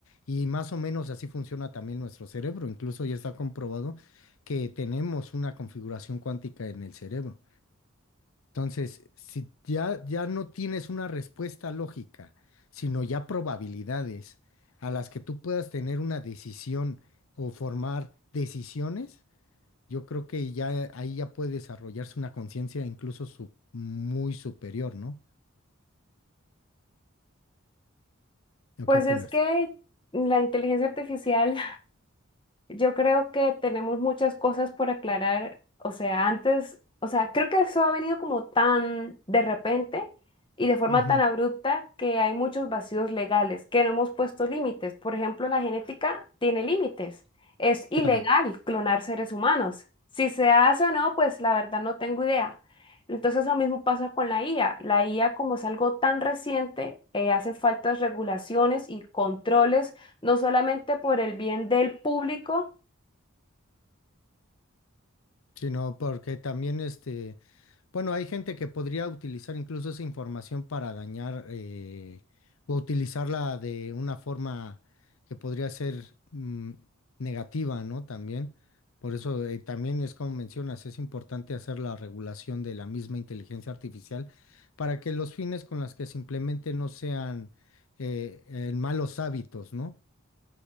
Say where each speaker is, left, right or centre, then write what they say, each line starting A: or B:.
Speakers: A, on the left; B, on the left.
A: Y más o menos así funciona también nuestro cerebro. Incluso ya está comprobado que tenemos una configuración cuántica en el cerebro. Entonces, si ya, ya no tienes una respuesta lógica, sino ya probabilidades a las que tú puedas tener una decisión o formar decisiones, yo creo que ya ahí ya puede desarrollarse una conciencia incluso su- muy superior, ¿no? ¿O
B: Pues
A: ¿Qué opinas?
B: es que la inteligencia artificial, yo creo que tenemos muchas cosas por aclarar. O sea, antes, o sea, creo que eso ha venido como tan de repente y de forma
A: Ujú,
B: tan abrupta que hay muchos vacíos legales, que no hemos puesto límites. Por ejemplo, la genética tiene límites. Es ilegal
A: claro.
B: clonar seres humanos. Si se hace o no, pues la verdad no tengo idea. Entonces lo mismo pasa con la IA. La IA, como es algo tan reciente, eh, hacen falta regulaciones y controles no solamente por el bien del público.
A: Sí, no, porque también este Bueno, hay gente que podría utilizar incluso esa información para dañar eh, o utilizarla de una forma que podría ser mm, negativa, ¿no? También. Por eso eh, también es como mencionas, es importante hacer la regulación de la misma inteligencia artificial para que los fines con los que se implemente no sean eh, en malos hábitos, ¿no?